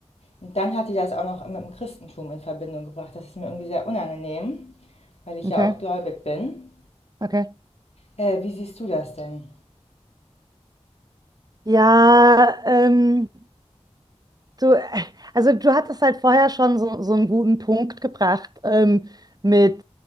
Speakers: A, on the left; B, on the right.
A: Und dann hat die das auch noch mit dem Christentum in Verbindung gebracht. Das ist mir irgendwie sehr unangenehm, weil ich
B: Okay,
A: ja auch gläubig bin.
B: okay.
A: Äh, wie siehst du das denn?
B: Ja, ähm, Du, äh, also du hattest halt vorher schon so, so einen guten Punkt gebracht, ähm, mit